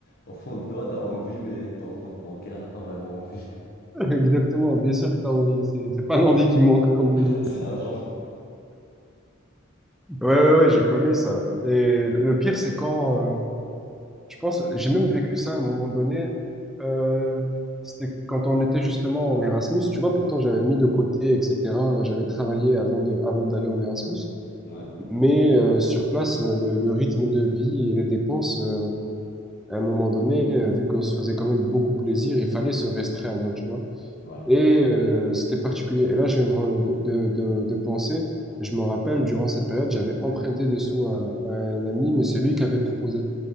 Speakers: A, on the left (about 50°); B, in the centre.
A: au fond de toi, t'as envie, mais ton compte bancaire n'a pas vraiment envie.
B: Exactement, bien sûr que t'as envie. C'est c'est pas l'envie qui manque, comme on
A: <laughs>
B: dit.
A: C'est l'argent.
B: Ouais, ouais, ouais, j'ai connu ça. Et le pire, c'est quand, euh, je pense, j'ai même vécu ça à un moment donné. Euh, c'était quand on était justement en Erasmus. Tu vois, pourtant, j'avais mis de côté, etc. J'avais travaillé avant de, avant d'aller en Erasmus.
A: Ouais,
B: Mais euh, sur place, euh, le, le rythme de vie et les dépenses, euh, à un moment donné, euh, vu qu'on se faisait quand même beaucoup plaisir, il fallait se restreindre, tu vois.
A: ouais,
B: Et euh, c'était particulier. Et là, je viens de, re- de, de, de penser, je me rappelle, durant cette période, j'avais emprunté des sous à, à un ami, mais c'est lui qui avait proposé.